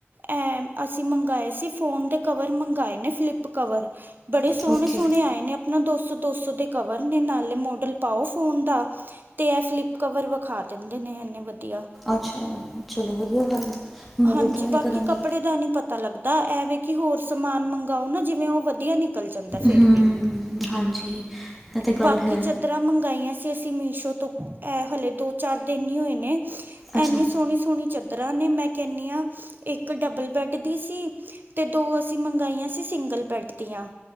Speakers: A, on the right (about 50°); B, in the centre.
A: ਇਹ, ਅਸੀਂ ਮੰਗਵਾਏ ਸੀ ਫੋਨ ਦੇ ਕਵਰ, ਮੰਗਵਾਏ ਨੇ ਫਲਿਪ ਕਵਰ ਬੜੇ ਸੋਹਣੇ-
B: ਓਕੇ
A: ਸੋਹਣੇ ਆਏ ਨੇ, ਆਪਣਾ ਦੋ ਸੋ- ਦੋ ਸੋ ਦੇ ਕਵਰ ਨੇ, ਨਾਲੇ ਮੋਡਲ ਪਾਓ ਫੋਨ ਦਾ ਤੇ ਇਹ ਫਲਿਪ ਕਵਰ ਵਿਖਾ ਦਿੰਦੇ ਨੇ, ਇਨੇ ਵਧੀਆ
B: ਅੱਛਾ, ਚਲੋ ਵਧੀਆ ਗੱਲ ਹੈ ਮੈਂ
A: ਹਾਂਜੀ,
B: ਵੀ ਟਰਾਈ
A: ਬਾਕੀ
B: ਕਰਾਂਗੀ
A: ਕੱਪੜੇ ਦਾ ਨਹੀਂ ਪਤਾ ਤਾਂ ਲੱਗਦਾ, ਐਵੇ ਕਿ ਹੋਰ ਸਮਾਨ ਮੰਗਾਓ ਨਾ ਜਿਵੇਂ ਉਹ ਵਧੀਆ ਨਿਕਲ ਜਾਂਦਾ ਫਿਰ
B: ਹੂੰ
A: ਵੀ
B: ਹਾਂਜੀ ਇਹ ਤਾਂ ਗੱਲ
A: ਬਾਕੀ
B: ਹੈ
A: ਚਦਰ ਚਾਦਰਾਂ ਮੰਗਾਈਆਂ ਸੀ ਅਸੀਂ ਮੀਸ਼ੋ ਤੋਂ, ਇਹ ਹਲੇ ਦੋ ਚਾਰ ਦਿਨ ਹੀ ਹੋਏ ਨੇ
B: ਅੱਛਾ
A: ਇੰਨੀ ਸੋਹਣੀ ਸੋਹਣੀ ਚਾਦਰਾਂ ਨੇ, ਮੈਂ ਕਹਿੰਦੀ ਆਂ, ਇੱਕ ਡਬਲ ਬੈਡ ਦੀ ਸੀ ਤੇ ਦੋ ਅਸੀਂ ਮੰਗਾਈਆਂ ਸੀ, ਸਿੰਗਲ ਬੈਡ ਦੀਆਂ